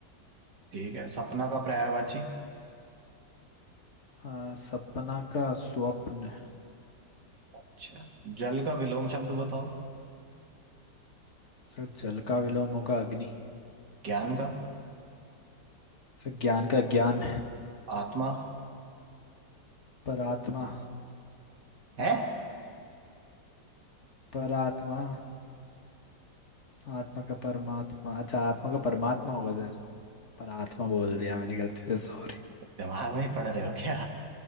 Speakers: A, on the right; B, on the left.
A: ठीक है सपना का पर्यायवाची
B: आ, सपना का स्वप्न
A: अच्छा जल का विलोम शब्द बताओ
B: सर जल का विलोम होगा अग्नि
A: ज्ञान का
B: सर ज्ञान का ज्ञान
A: आत्मा
B: पर आत्मा
A: है
B: पर आत्मा आत्मा का परमात्मा अच्छा आत्मा का परमात्मा होगा सर पर आत्मा बोल दिया मैंने गलती से सॉरी
A: दिमाग में ही पढ़ रहे हो क्या